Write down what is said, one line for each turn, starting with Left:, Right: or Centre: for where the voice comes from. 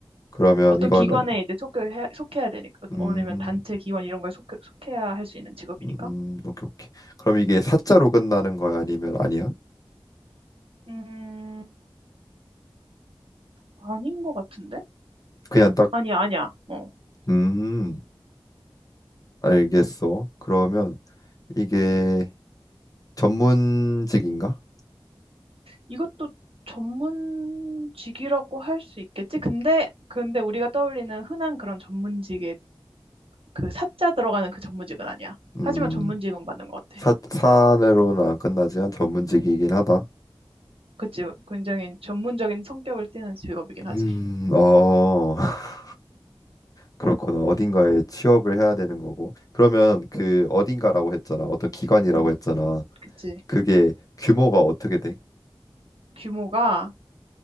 Left: 그러면
Right: 어떤
Left: 이거는
Right: 기관에 이제 속해, 속해야 되니까.
Left: 음,
Right: 아니면 단체 기관 이런 거에 속, 속해야 할 수 있는 직업이니까.
Left: 음, 오케이, 오케이. 그럼 이게 사자로 끝나는 거야? 아니면 아니야?
Right: 음, 아닌 것 같은데?
Left: 그냥 딱,
Right: 아니야, 아니야. 어,
Left: 음, 알겠어. 그러면 이게 전문직인가?
Right: 이것도 전문직이라고 할 수 있겠지? 근데, 근데 우리가 떠올리는 흔한 그런 전문직의 그 사자 들어가는 그 전문직은 아니야.
Left: 음,
Right: 하지만 전문직은 맞는 것 같아.
Left: 사, 사내로는 안 끝나지만 전문직이긴
Right: 음,
Left: 하다.
Right: 그치. 굉장히 전문적인 성격을 띠는 직업이긴 하지.
Left: 음, 어, <laughs> 그렇구나. 어딘가에 취업을 해야 되는 거고. 그러면 그 어딘가라고 했잖아. 어떤 기관이라고
Right: 음,
Left: 했잖아.
Right: 그치.
Left: 그게 규모가 어떻게 돼?
Right: 규모가,